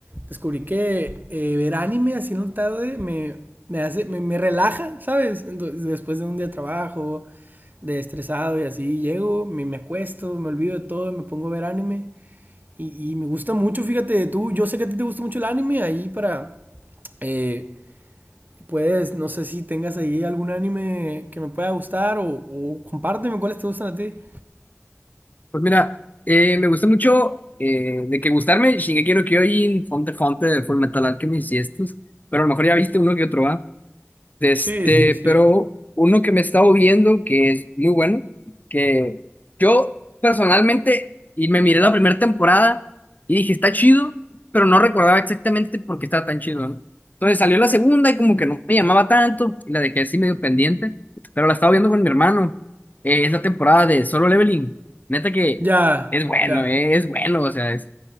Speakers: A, on the right (about 40°); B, on the left (about 40°).
A: descubrí que eh, ver anime así en la tarde me, me hace, me, me relaja, ¿sabes? Entonces, después de un día de trabajo, de estresado y así, llego, me, me acuesto, me olvido de todo y me pongo a ver anime. Y, y me gusta mucho, fíjate, tú, yo sé que a ti te gusta mucho el anime, ahí para... eh, pues, no sé si tengas ahí algún anime que me pueda gustar o, o compárteme cuáles te gustan a ti.
B: Pues mira, eh, me gusta mucho eh, de que gustarme Shingeki no Kyojin, Fonte Fonte, Full Metal Alchemist y estos, pero a lo mejor ya viste uno que otro, ¿va? de Este,
A: Sí, sí, sí.
B: pero uno que me he estado viendo que es muy bueno, que yo personalmente, y me miré la primera temporada y dije, está chido, pero no recordaba exactamente por qué estaba tan chido, ¿no? Entonces salió la segunda y como que no me llamaba tanto y la dejé así medio pendiente, pero la estaba viendo con mi hermano. Eh, es la temporada de Solo Leveling. Neta que
A: Ya,
B: es bueno,
A: ya.
B: eh, es bueno, o sea, es